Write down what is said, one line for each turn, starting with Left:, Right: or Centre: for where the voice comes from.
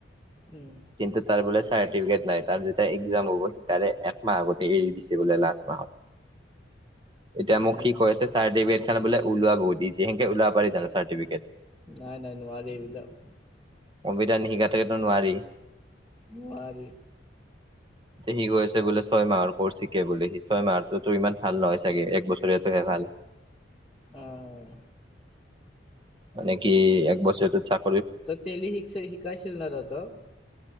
Centre: উম
Right: কিন্তু তাৰ বোলে চাৰ্টিফিকেট নাই তাত যেতিয়া একজাম হ'ব সেই তাৰে একমাহ আগতে এৰি দিছে বোলে লাষ্ট এতিয়া মোক
Centre: অ
Right: কি কৈছে
Centre: অ
Right: ছাৰ ডভ ওাবহ যিকেওাব পাৰি চাৰটিফিকেট
Centre: নাই নাই নোৱাৰি এইবিলাক
Right: অবিধান নিশিকা থাকেতো নোৱাৰি
Centre: নোৱাৰি
Right: এয়া সি গৈ আছে বোলে ছয় মাহৰ কৰ্চ শিকে বুলি সি ছয় মাহটোতো ইমান ভাল নহয় চাগে এক বছৰাতটোহে ভাল
Centre: আহ
Right: মানে কি এক বছটো চাক
Centre: ত তেলি হিক শিকাই ছিল তহঁতক?